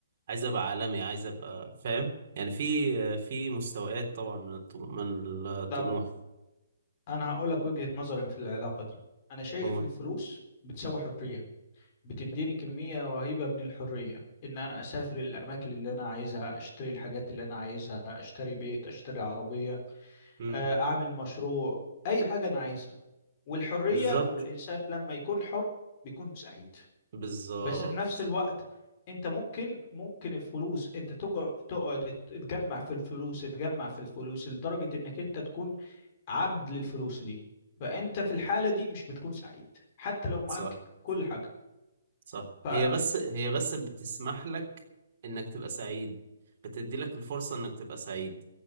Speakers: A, on the right; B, on the left.
A: عايز أبقى عالمي عايز أبقى فاهم يعني في في مستويات طبعا من الطموح من الطموح
B: طب أنا هقول لك وجهة نظري في العلاقة دي أنا شايف
A: نقول.
B: الفلوس بتساوي حرية بتديني كمية رهيبة من الحرية إن أنا أسافر الأماكن اللي أنا عايزها أشتري الحاجات اللي أنا عايزها أشتري بيت أشتري عربية
A: مم.
B: آه، أعمل مشروع أي حاجة أنا عايزها والحرية
A: بالظبط
B: والإنسان لما يكون حر بيكون سعيد
A: بالظبط
B: بس في نفس الوقت انت ممكن ممكن الفلوس انت تجر تقعد تجمع في الفلوس تجمع في الفلوس لدرجة انك انت تكون عبد للفلوس دي فانت في الحالة دي مش بتكون سعيد حتى لو معاك
A: صح
B: كل حاجة
A: صح
B: ف
A: هي بس هي بس بتسمح لك انك تبقى سعيد بتدي لك الفرصة انك تبقى سعيد